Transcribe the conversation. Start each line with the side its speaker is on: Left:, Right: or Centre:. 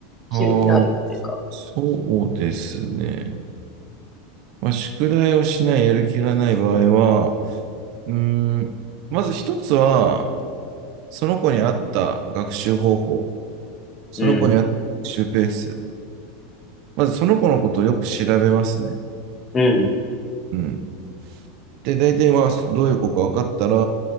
Left: 気になるっていうか。
Right: あー、そうですね。まあ、宿題をしない、やる気がない場合は、うーん、まず一つは、その子に合った学習方法、その子に合った学習ペース、
Left: うん。
Right: まずその子のことをよく調べますね。
Left: うん。
Right: うん。で、大体まあ、どういう子か分かったら、